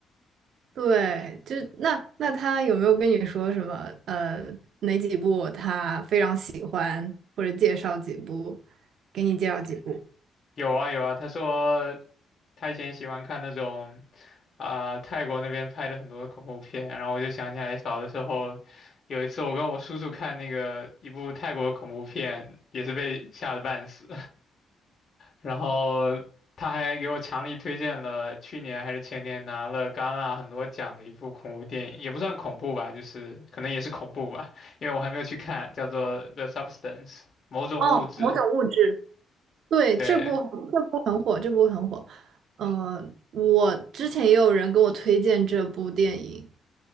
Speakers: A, on the right (about 70°); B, on the left (about 45°).
A: 对，就那那他有没有跟你说什么？呃，哪几部他非常喜欢，或者介绍几部，给你介绍几部？
B: 有啊有啊，他说他以前喜欢看那种啊、泰国那边拍的很多恐怖片，然后我就想起来小的时候。有一次，我跟我叔叔看那个一部泰国恐怖片，也是被吓得半死。然后他还给我强力推荐了去年还是前年拿了戛纳很多奖的一部恐怖电影，也不算恐怖吧，就是可能也是恐怖吧，因为我还没有去看，叫做《The Substance》某种物质。
A: 哦，某种物质。对，
B: 对，
A: 这部很这部很火，这部很火。呃，我之前也有人跟我推荐这部电影